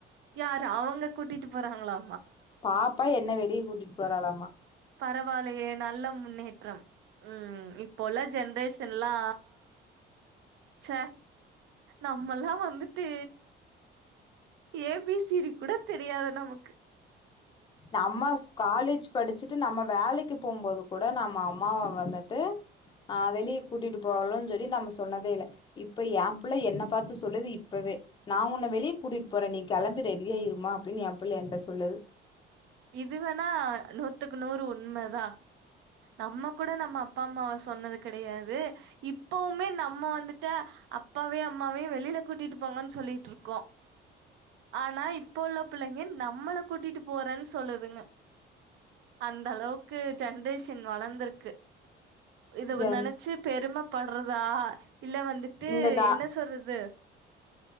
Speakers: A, on the right; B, on the left.
A: யார் அவுங்க கூட்டிட்டு ட்டு போறாங்களா
B: பாப்பா என்ன வெ ளிய கூட்டிட்டு போறாலாமா
A: பரவால்லையே நல்ல முன்னேற்றம் ம் இப்ப உள்ள ஜென்ரேஷன்ல்லா ச்ச நம்மல்லா வந்துட்டு ஏ பி சி டி கூட தெரியாது நமக்கு
B: நம்மாஸ் காலேஜ் படிச்சுட் டு நம்ம வேலைக்கு போம்போது கூட நம்ம அம்மாவ வந்துட்டு ஆ வெளிய கூட்டிட்டு போவலன் சொல்லி நம்ம சொன்னதே இல்ல இப்ப என் புள்ள என்ன பாத்து சொல்லுது இப்பவே நா உன்ன வெளிய கூட்டிட்டு போறே நீ கெளம்பி ரெடியாயிருமா அப்டின்னு என் புள்ள எங்கிட்ட சொல்லுது
A: இதுவேணா நூத்துக்கு நூறு உண்மதா நம்ம கூட நம்ம அப்பா அம்மாவ சொன்னது கெடையாது இப்பவுமே நம்ம வந்துட்டு அப்பாவயு அம்மாவயு வெளியில கூட்டிட்டு போங்கன்னு சொல்லிட்டு இருக்கோ ஆனா இப்ப உள்ள பிள்ளைங்க நம்மள கூட்டிட்டு போ சொல்லுதுங்க அந்த அளவுக்கு ஜென்ரேஷன் வளந்திருக்கு இதவு
B: ஜன்
A: நெனச்சு பெருமப் பட்றதா இல்ல வந்துட்டு
B: இந்த கா
A: என்ன சொல்றது